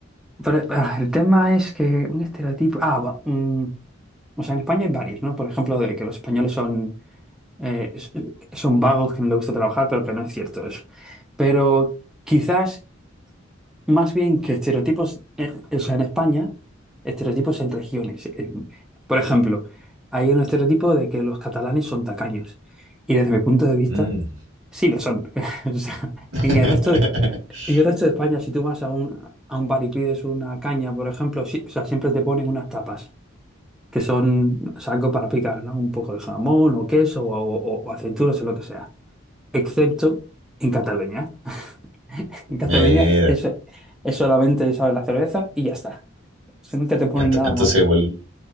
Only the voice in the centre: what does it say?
Pero ah, el tema es que un estereotipo. Ah, va, mm, o sea, en España hay varios, ¿no? Por ejemplo, de que los españoles son, eh, s- son vagos, que no les gusta trabajar, pero que no es cierto eso. Pero quizás Más bien que estereotipos, eh, o sea, en España, estereotipos en regiones. En- por ejemplo, hay un estereotipo de que los catalanes son tacaños. Y desde mi punto de vista,
sí lo son. <laughs> O sea,
en el resto de, en el resto de España, si tú vas a un, a un bar y pides una caña, por ejemplo, sí- o sea, siempre te ponen unas tapas, que son, o sea, algo para picar, ¿no? Un poco de jamón o queso o, o o aceitunas o lo que sea. Excepto en Cataluña. <laughs> En Cataluña,
eso es solamente, ¿sabes? La cerveza y ya está. O sea, nunca te ponen
nada
más.